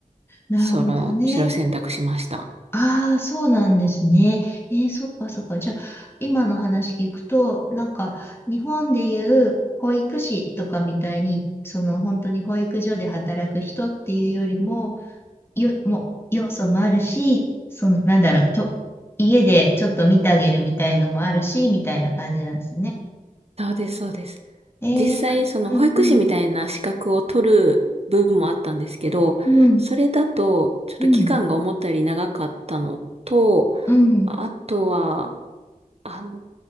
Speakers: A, on the left; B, on the right.
A: なるほどね。
B: その、それを選択しました。
A: ああそうなんですねえそうかそうかじゃ今の話聞くとなんか日本でいう保育士とかみたいにその本当に保育所で働く人っていうよりもよも要素もあるしそのなんだろうと家でちょっと見当てるみたいのもあるしみたいな感じなんですね
B: そうです、そうです。
A: えう
B: 実際、その保育士みたいな資格を取る部分もあったんですけど、
A: んうんうん
B: それだと、ちょっと期間が思ったより長かったのと、
A: うんうん
B: あとは、あの、